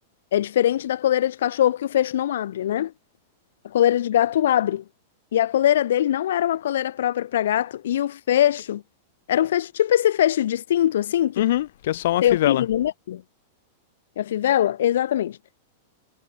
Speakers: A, on the left; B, on the left.
A: É diferente da coleira de cachorro que o fecho não abre, né? A coleira de gato abre. E a coleira dele não era uma coleira própria para gato e o fecho era um fecho tipo esse fecho de cinto assim
B: Uhum.
A: que
B: Uhum, Que é só uma
A: tem
B: fivela.
A: o pino no meio, a fivela, exatamente.